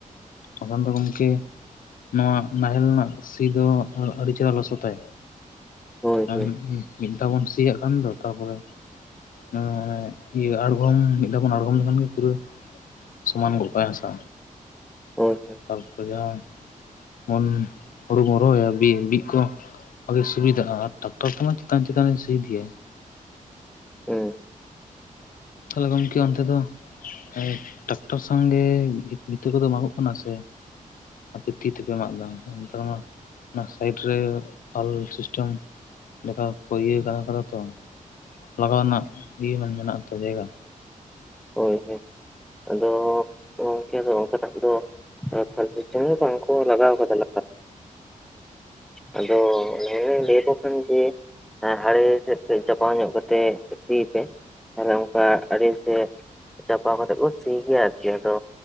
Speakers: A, on the left; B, in the centre.
A: ᱵᱟᱝᱠᱷᱟᱱ ᱫᱚ ᱜᱚᱝᱠᱮ ᱱᱚᱣᱟ ᱱᱟᱦᱮᱞ ᱨᱮᱱᱟᱜ ᱥᱤ ᱫᱚ ᱟ-ᱟᱹᱰᱤ ᱪᱮᱦᱨᱟ ᱞᱚᱥᱚᱛᱟᱭ᱾
B: ᱦᱳᱭ ᱦᱳᱭ
A: ᱟᱨ ᱢᱤᱫ ᱫᱷᱟᱣ ᱵᱚᱱ ᱥᱤᱭᱟᱜ ᱠᱟᱱ ᱫᱚ ᱛᱟᱨᱯᱚᱨᱮ ᱟᱫᱚ ᱢᱟᱱᱮ ᱤᱭᱟᱹ ᱟᱬᱜᱚᱢ ᱢᱤᱫ ᱫᱷᱟᱣ ᱵᱚᱱ ᱟᱬᱜᱚᱢ ᱞᱮᱠᱷᱟᱱ ᱜᱮ ᱯᱩᱨᱟᱹ ᱥᱚᱢᱟᱱ ᱜᱚᱜ ᱠᱟᱜ-ᱟᱭ ᱦᱟᱥᱟ᱾
B: ᱦᱳᱭ ᱦᱳᱭ᱾
A: ᱛᱟᱨᱯᱚᱨᱮ ᱡᱟᱦᱟᱸᱱ ᱵᱚᱱ ᱦᱩᱲᱩ ᱵᱚᱱ ᱨᱚᱦᱚᱭᱟ ᱵᱤ ᱵᱤᱫ ᱠᱚ-ᱼ ᱵᱷᱟᱜᱮ ᱥᱩᱵᱤᱫᱟᱜᱼᱟ ᱟᱨ ᱴᱟᱠᱴᱟᱨ ᱛᱮᱢᱟ ᱪᱮᱛᱟᱱ ᱪᱮᱛᱟᱱ ᱮ ᱥᱤ ᱤᱫᱤᱭᱟ᱾
B: ᱦᱮᱸ᱾
A: ᱛᱟᱦᱚᱞᱮ ᱜᱚᱢᱠᱮ ᱚᱱᱛᱮ ᱫᱚ ᱮᱭ ᱴᱨᱟᱠᱴᱚᱨ ᱥᱚᱝᱜᱮ ᱵᱷᱤ-ᱵᱷᱤᱛᱟᱹ ᱠᱚᱫᱚ ᱢᱟᱝᱚᱜ ᱠᱟᱱᱟ ᱥᱮ ᱟᱯᱮ ᱛᱤ ᱛᱮᱯᱮ ᱢᱟᱜ ᱮᱫᱟ᱾ ᱱᱮᱛᱟᱨ ᱢᱟ ᱚᱱᱟ ᱥᱟᱭᱤᱴ ᱨᱮ ᱯᱷᱟᱞ ᱥᱤᱥᱴᱮᱢ ᱞᱮᱠᱟ ᱠᱚᱠᱚ ᱤᱭᱟᱹ ᱟᱠᱟᱟ ᱠᱟᱫᱟ ᱛᱚ᱾ ᱞᱟᱜᱟᱣ ᱱᱟᱜ ᱤᱭᱟᱹ ᱢᱮᱱ-ᱢᱮᱱᱟᱜ ᱟᱛᱚ ᱡᱟᱭᱜᱟ᱾
B: ᱦᱳᱭ ᱦᱳᱭ ᱟᱫᱚ ᱜᱚᱝᱠᱮ ᱫᱚ ᱚᱱᱠᱟ ᱴᱟᱜ ᱫᱚ <unintelligible> ᱵᱟᱝᱠᱚ ᱞᱟᱜᱟᱣ ᱠᱟᱫᱟ ᱞᱟᱜ ᱟᱫᱚ ᱞᱟᱹᱭ ᱦᱚᱸ ᱞᱟᱹᱭ ᱟᱠᱚ ᱠᱷᱟᱱ ᱡᱮ ᱦᱮᱸ ᱟᱲᱮ ᱥᱮᱫ ᱠᱟᱹᱡ ᱪᱟᱯᱟᱣ ᱧᱚᱜ ᱠᱟᱛᱮᱜ ᱥᱤᱭ ᱯᱮ ᱛᱟᱦᱞᱮ ᱚᱱᱠᱟ ᱟᱲᱮ ᱥᱮᱫ ᱪᱟᱯᱟᱣ ᱠᱟᱛᱮ ᱠᱚ ᱥᱤ ᱜᱮᱭᱟ ᱟᱨᱠᱤ ᱟᱫᱚ